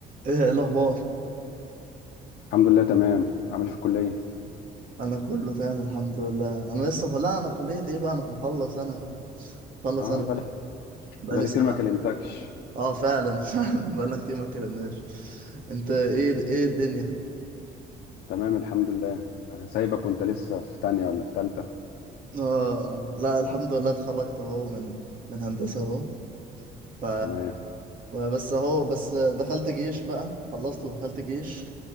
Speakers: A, on the right; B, on the left.
A: ايه الاخبار
B: الحمد لله تمام عامل إيه في الكلية
A: انا كله تمام الحمد لله انا لسه لا انا كليه ايه بقى انا مخلص انا مخلص
B: اه
A: انا
B: بقالك
A: بقى
B: بقالي
A: لي سنه
B: كتير ما كلمتكش
A: اه فعلا <laughs> فعلا بقالنا كتير ما اتكلمناش انت ايه ايه الدنيا
B: تمام الحمد لله آه، سايبك وانت لسه في تانية ولا في تالتة
A: اه آه. لا الحمد لله اتخرجت اهو من من هندسه اهو ف
B: تمام
A: بس اهو بس دخلت جيش بقى خلصت ودخلت جيش